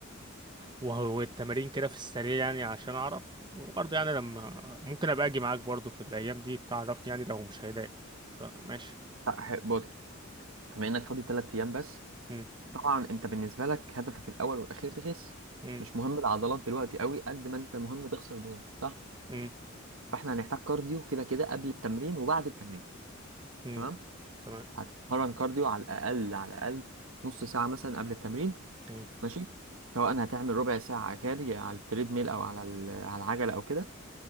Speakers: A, on the right; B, on the right.
A: وهو التمارين كده في السريع يعني عشان اعرف وبرضه يعني لما ممكن ابقى اجي معاك برضه في الايام دي تعرفني يعني لو مش هيضايقك فماشي
B: لا، بص بما انك فاضي ثلاث ايام بس
A: مم.
B: طبعا انت بالنسبه لك هدفك الاول والاخير تخس
A: مم.
B: مش مهم العضلات دلوقتي قوي قد ما انت مهم تخسر دهون صح
A: مم.
B: فاحنا هنحتاج كارديو كده كده قبل التمرين وبعد التمرين
A: مم.
B: تمام
A: تمام
B: هتتمرن كارديو على الاقل على الاقل نص ساعه مثلا قبل التمرين
A: مم.
B: ماشي سواء هتعمل ربع ساعه جري على التريد ميل او على ال- على العجله او كده